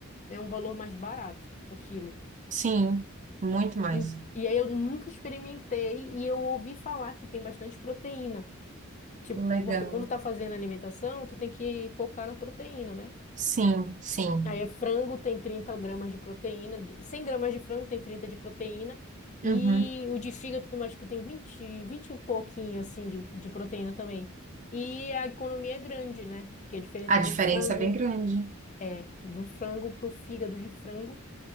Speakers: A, on the left; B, on the right.
A: é um valor mais barato o quilo.
B: sim, muito mais.
A: Em- E aí eu nunca experimentei e eu ouvi falar que tem bastante proteína. Tipo,
B: Legal.
A: porque quando tá fazendo alimentação, tu tem que focar na proteína, né?
B: Sim, sim.
A: Aí é frango tem 30 gramas de proteína, de- 100 gramas de frango tem 30 de proteína, e
B: Uhum.
A: o de fígado também acho que tem 20 20 e pouquinho assim de, de proteína também. E a economia é grande, né? Porque a diferença
B: A diferença
A: do frango
B: é bem grande.
A: é do frango pro fígado de frango,